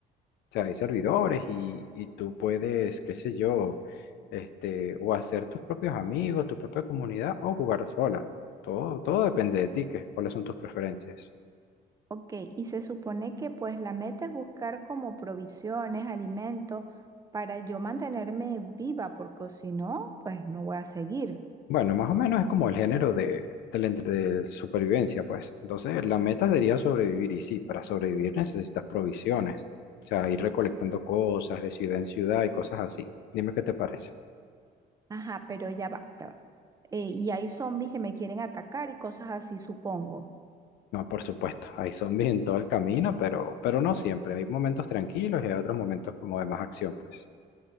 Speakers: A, on the left; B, on the right.
A: O sea, hay servidores y, y tú puedes, qué sé yo, este, o hacer tus propios amigos, tu propia comunidad o jugar sola. Todo, todo depende de ti, que, cuáles son tus preferencias.
B: Ok, y se supone que pues la meta es buscar como provisiones, alimentos para yo mantenerme viva, porque si no, pues no voy a seguir.
A: Bueno, más o menos es como el género de, del entre- de supervivencia, pues. Entonces, la meta sería sobrevivir y sí, para sobrevivir necesitas provisiones. O sea, ir recolectando cosas de ciudad en ciudad y cosas así. Dime qué te parece.
B: Ajá, pero ya va, ya va. Eh, y hay zombies que me quieren atacar y cosas así, supongo.
A: No, por supuesto, hay zombies en todo el camino, pero, pero no siempre. Hay momentos tranquilos y hay otros momentos como de más acción, pues.